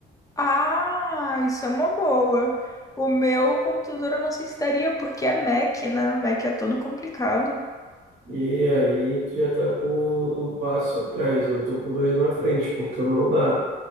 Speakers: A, on the left; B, on the right.
A: Ah, isso é uma boa. O meu computador eu não sei se daria, porque é Mac, né? Mac é todo complicado.
B: E aí tu já tá com um passo atrás, eu tô com dois na frente, porque o meu dá.